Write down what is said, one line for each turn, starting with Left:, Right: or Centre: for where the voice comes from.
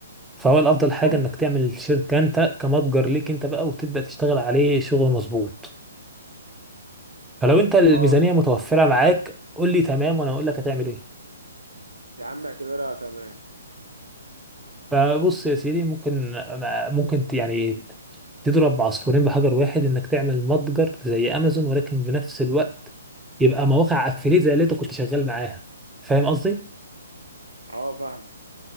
Centre: فهو الافضل حاجه
Right: ممكن
Centre: انك تعمل شركه انت كمتجر ليك انت بقى وتبدا تشتغل عليه شغل مظبوط فلو انت الميزانيه
Right: آه
Centre: متوفره معاك قول لي تمام وانا اقول لك هتعمل ايه
Right: يا عم اعتبرها تمام
Centre: فبص يا سيدي ممكن ممكن ت- يعني تضرب عصفورين بحجر واحد انك تعمل متجر زي امازون ولكن بنفس الوقت يبقى مواقع افيليت زي اللي انت كنت شغال معاها فاهم قصدي
Right: آه فاهمك